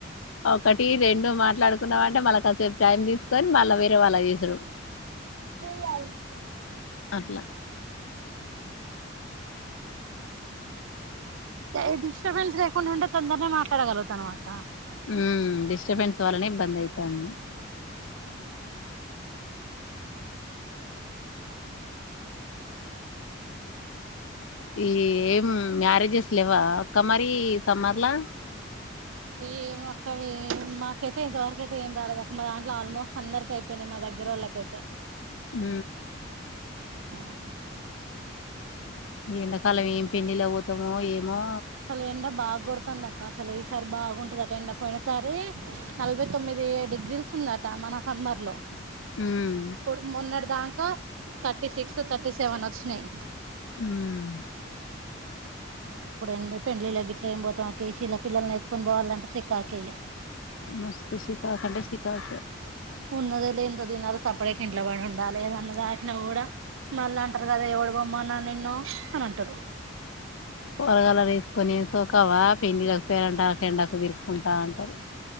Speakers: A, on the left; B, on the right.
A: ఒకటి రెండు మాట్లాడు కున్నమంటే మళ్ళ కాసేపు టైం తీసుకొని మళ్ళా వేరే వాళ్ళకు చేసుడు
B: ఊ
A: అట్లా
B: ఏ డిస్టర్బెన్స్ లేకుండా ఉంటే తొందరనే మాట్లాడగలతనమాక
A: ఉ డిస్టర్బెన్స్ వలనే ఇబ్బంది ఐతంది
B: ఆ
A: ఈ ఏం మ్యారేజెస్ లేవా అక్క మరి ఈ సమ్మర్లా
B: ఇగ ఏమో అక్క మాకైతే ఇంతవరకయితే ఏం రాలేదు అ మా దాంట్లో ఆల్మోస్ట్ అందరికి అయిపోయి మా దగ్గ ఇద్దరోల్లకైతే
A: ఊ
B: ఆ
A: ఈ ఎండకాలం ఏం పెళ్ళిళ్ళకు పోతామో ఏమో
B: అసలు ఎండ బాగ్ కొడుతాందక్క అసలు ఈసారి బాగుంటది అట ఎండ పోయిన సారి నలభై తొమ్మిది డిగ్రీస్ ఉందట మన సమ్మర్ లో
A: ఉమ్
B: ఇప్పుడు మొన్నటి దాంకా థర్టీ సిక్స్ థర్టీ సెవెన్ వచ్చినయి
A: ఊమ్
B: ఇప్పుడు ఏండి పెండ్లిల గిట్ల ఏమ్ బోతాం అక్క ఈ శిన్న పిల్లల్ని ఎసుకొని పోవాలంటే చికాకె ఇగ
A: మస్తు శికాక్ అంటే శికాకే
B: ఉన్నదొ లేందో దీనలే సప్పడేక ఇంట్లో పడుండాలే అన్నదాక నువ్ గుడా మళ్ల అంటరు గదా ఎవడు పొమ్మన్నాడ్ నిన్ను అని అంటరు
A: కూరగాల తీసుకొని సోకావా పెండి పెరంటాలకి ఎండాకు తిరుక్కుంటా ఉంటది